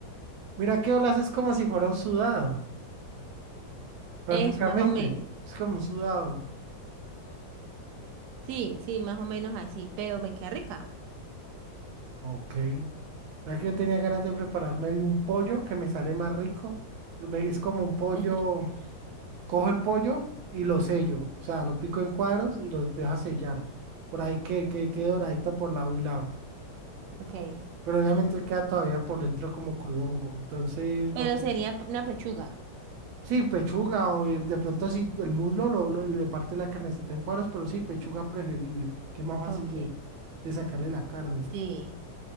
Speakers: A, on the right; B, on the right.
A: Mira que olas es como si fuera un sudado, prácticamente.
B: Es más o menos.
A: Es como un sudado.
B: Sí, sí, más o menos así, pero me queda rica.
A: Ok. Mira que yo tenía ganas de prepararme un pollo que me sale más rico. Lo- me- Es como un pollo,
B: <laughs>
A: cojo el pollo y lo sello.
B: Sí.
A: O sea, lo pico en cuadros y los dejo a sellar. Por ahí que, que quede doradito por lado y lado.
B: Ok,
A: pero obviamente queda todavía por dentro como crudongo. Entonces, lo,
B: Pero sería p- una pechuga.
A: sí, pechuga, o eh, de pronto si el muslo lo, lo- le parte la carnecita en cuadros, pero sí, pechuga preferible, que es más fácil
B: ok.
A: de, de sacarle la carne.
B: Sí.